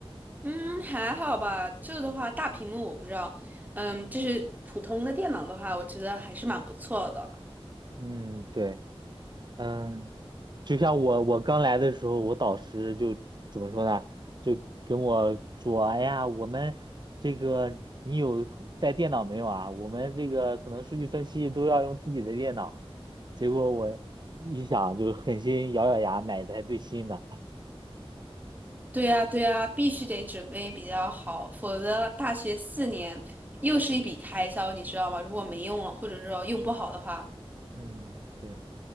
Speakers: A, on the right; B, on the right.
A: 嗯，还好吧。这的话，大屏幕我不知道。嗯，就是普通的电脑的话，我觉得还是蛮不错的。
B: 嗯，对。嗯，就像我我刚来的时候，我导师就怎么说呢？就跟我说：“哎呀，我们这个你有带电脑没有啊？我们这个可能数据分析都要用自己的电脑。”结果我一想，就狠心咬咬牙买的台最新的。<laughs>
A: 对呀，对呀，必须得准备比较好，否则大学四年又是一笔开销，你知道吗？如果没用了，或者是说用不好的话，
B: 嗯，对，